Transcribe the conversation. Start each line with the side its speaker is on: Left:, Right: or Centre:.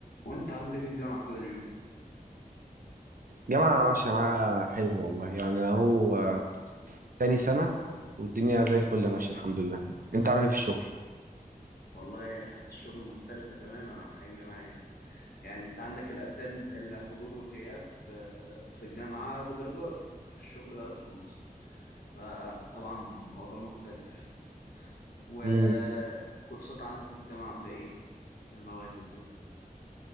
Left: وانت عامل ايه في الجامعه كده اليومين دول
Right: جامعة ماشية معايا حلو والله يعني أنا هو آه، تاني سنة والدنيا زي الفل ماشية الحمد لله أنت عامل إيه في الشغل؟
Left: والله حياه الشغل مختلفه تماما عن الحياه الجامعيه يعني انت عندك الاتند الحضور والغياب آه، في الجامعه بدرجات في الشغل بقى فلوس فطبعا موضوع مختلف وكورسات
Right: مم.
Left: عندك في الجامعه عامله ايه كالمواد وكده